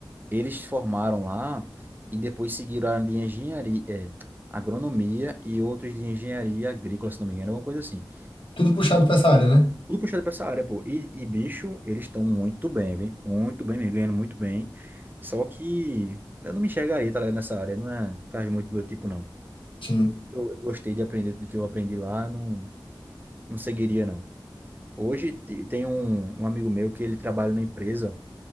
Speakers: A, on the right; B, on the left.
A: eles se formaram lá e depois seguiram a área de engenharia, é, agronomia e outros de engenharia agrícola, se não me engano, alguma coisa assim.
B: tudo puxado para essa área, né?
A: Tudo puxado pra essa área, pô. E, e bicho, eles estão muito bem, viu? Muito bem, mesmo, ganhando muito bem. Só que eu não me enxergaria, tá ligado, nessa área. Não é, faz muito meu tipo, não.
B: Sim.
A: Eu, eu gostei de aprender tudo que eu aprendi lá, não. não seguiria, não. Hoje te- tem um, um amigo meu que ele trabalha numa empresa.